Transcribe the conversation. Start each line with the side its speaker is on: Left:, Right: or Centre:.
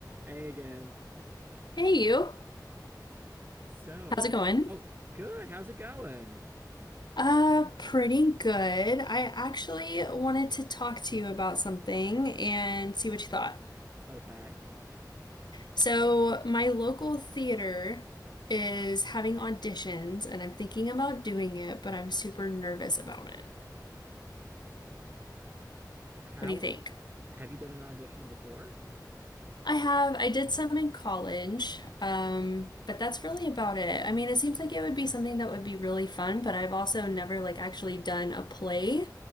Right: Hey again.
Left: Hey you,
Right: So,
Left: how's it going?
Right: oh, good. How's it going?
Left: Uh, pretty good. I actually wanted to talk to you about something and see what you thought.
Right: Okay.
Left: So, my local theater is having auditions and I'm thinking about doing it, but I'm super nervous about it.
Right: How
Left: What do you think?
Right: have you done an audition before?
Left: I have, I did some in college, um, but that's really about it. I mean, it seems like it would be something that would be really fun, but I've also never like actually done a play,